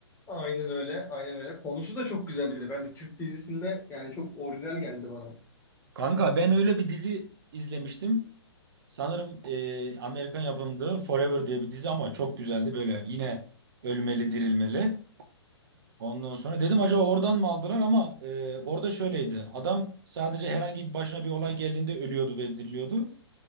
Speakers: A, on the left; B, on the right.
A: Aynen öyle. Aynen öyle. Konusu da çok güzeldi bile. Ben bir Türk dizisinde yani çok orijinal geldi bana.
B: Kanka ben öyle bir dizi izlemiştim. Sanırım e, Amerikan yapımdı Forever diye bir dizi ama çok güzeldi böyle. Yine ölmeli dirilmeli. Ondan sonra dedim acaba oradan mı aldılar ama e, orada şöyleydi. Adam sadece herhangi bir başına bir olay geldiğinde ölüyordu ve diriliyordu.